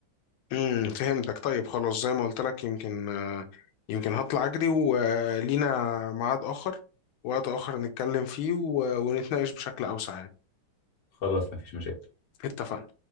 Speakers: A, on the left; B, on the left.
A: امم فهمتك طيب خلاص زي ما قلت لك يمكن آه، يمكن هطلع أجري ولينا ميعاد آخر وقت آخر نتكلم فيه و- ونتناقش بشكل أوسع يعني
B: خلاص مفيش مشاكل
A: اتفقنا